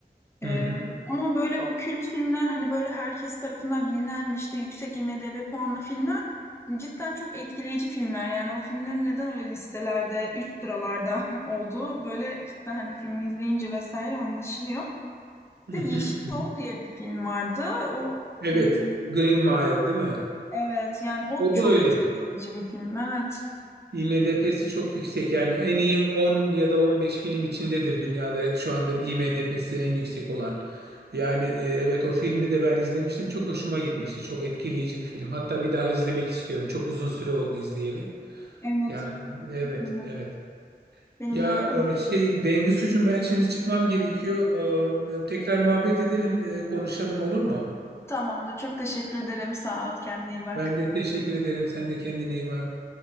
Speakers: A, on the left; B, on the right.
A: Ee,
B: Hı hı,
A: ama böyle o kült filmler hani böyle herkes tarafından bilinen işte yüksek IMDb puanlı filmler cidden çok etkileyici filmler. Yani o filmlerin neden öyle listelerde üst sıralarda <laughs> olduğu böyle cidden hani filmi izleyince vesaire anlaşılıyor. Bir
B: hı
A: de
B: hı,
A: Yeşil
B: hı
A: Yol
B: hı.
A: diye bir film vardı. O
B: Evet.
A: hmm,
B: Green Mile
A: çok
B: değil mi?
A: evet yani o
B: O
A: çok
B: da öyle.
A: etkileyici bir film. Evet.
B: IMDb'si çok yüksek yani en iyi 10 ya da 15 film içindedir dünyada şu anda IMDb'si en yüksek olan. Yani e, evet o filmi de ben izlemiştim çok hoşuma gitmişti çok etkileyici bir film hatta bir daha izlemek istiyorum çok uzun süre oldu izleyeli.
A: Evet.
B: Yani evet
A: Şekilde.
B: evet.
A: Benim
B: Ya
A: de öyle.
B: e, şey Bengüsucuğum ben şimdi çıkmam gerekiyor. E, Tekrar muhabbet edelim e, konuşalım olur mu?
A: Tamam da çok teşekkür ederim. Sağ ol. Kendine iyi bak.
B: Ben de teşekkür ederim sen de kendine iyi bak.